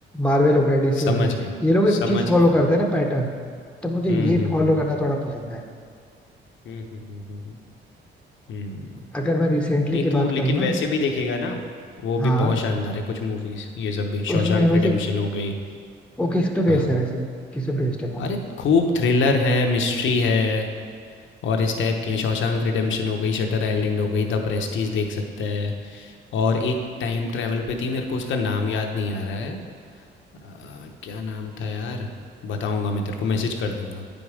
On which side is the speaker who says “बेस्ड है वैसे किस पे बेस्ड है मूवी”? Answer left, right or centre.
Centre